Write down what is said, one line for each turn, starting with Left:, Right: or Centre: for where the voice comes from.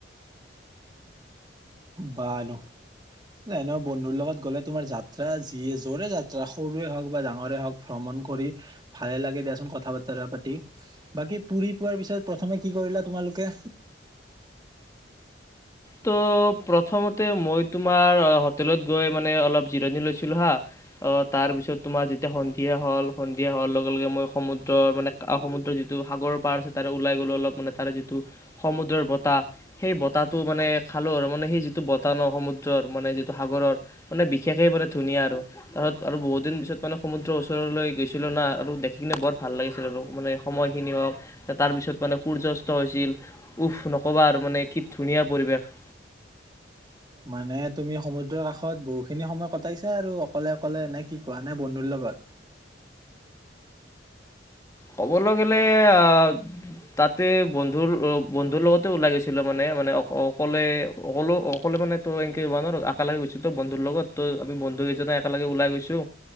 Right: বাৰু। এনেও বন্ধুৰ লগত গলে তোমাৰ যাত্ৰা যিয়ে যৰে যাত্ৰা সৰুৱ হওক বা ডাঙৰে হওক ভ্ৰমণ কৰি ভালে লাগে দিয়াচোন কথা-বতৰা পাতি। বাকী পুৰী পোৱাৰ পিছত প্ৰথমে কি কৰিলা তোমালোকে?
Left: ত' প্ৰথমতে মই তোমাৰ হোটেলত গৈ মানে অলপ জিৰণি লৈছিলোঁ হা, অ' তাৰপিছত তোমাৰ যেতিয়া সন্ধিয়া হ'ল, সন্ধিয়া হোৱাৰ লগে লগে মই সমুদ্ৰৰ মানে সমুদ্ৰৰ যিটো সাগৰৰ পাৰ আছে তাৰে ওলাই গ'লো অলপ মানে তাৰে যিটো সমুদ্ৰৰ বতাহ সেই বতাহ মানে খালো আৰু মানে সেই যিটো বতাহ ন সমুদ্ৰৰ, মানে যিটো সাগৰৰ মানে বিশেষে মানে ধুনীয়া আৰু তাৰ আৰু বহুত দিন পিছত মানে সমুদ্ৰৰ ওচৰলৈ গৈছিলো না আৰু দেখি কিনে বৰ ভাল লাগিছিল আৰু মানে সময়খিনি হওক তাৰপিছত মানে সূৰ্য অস্ত হৈছিল, উফ! নক'বা আৰু মানে কি ধুনীয়া পৰিৱেশ।
Right: মানে তুমি সমুদ্ৰৰ কাষত বহুখিনি সময় কটাইছা আৰু অকলে-অকলে নে কি কোৱা নে বন্ধুৰ লগত?
Left: ক'বলৈ গ'লে আহ তাতে বন্ধুৰ বন্ধুৰ লগতে ওলাই গৈছিলো মানে, মানে অ', অকলে অকলেও অকলে মানেতো এনেকে যাব নোৱাৰ, একেলগে গৈছোঁতো বন্ধুৰ লগত, ত' আমি বন্ধুকেইজননে একেলগে ওলাই গৈছোঁ